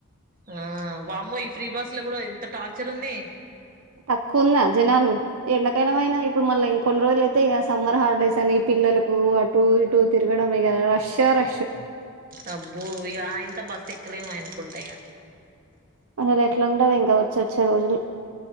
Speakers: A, on the right; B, on the right.
A: ఆ వామ్మో ఈ ఫ్రీ బాస్ లో కూడా ఎంత టార్చర్ ఉంది
B: తక్కువ ఉన్న జనాలు ఎండకాయలమైన ఇప్పుడు మళ్ళ ఇం కొన్ని రోజులు అయితే ఇక సమ్మర్ హాలిడేస్ అని పిల్లలకు అటు ఇటు తిరగడం ఇగ రష్యో రష్షు
A: అబ్బో ఇగ ఆయన తో బస్సు ఎక్కలేముయనుకుంటా ఇగ
B: అసలు ఎట్లా ఉంటది ఇంకా వచ్చి వచ్చే రోజులు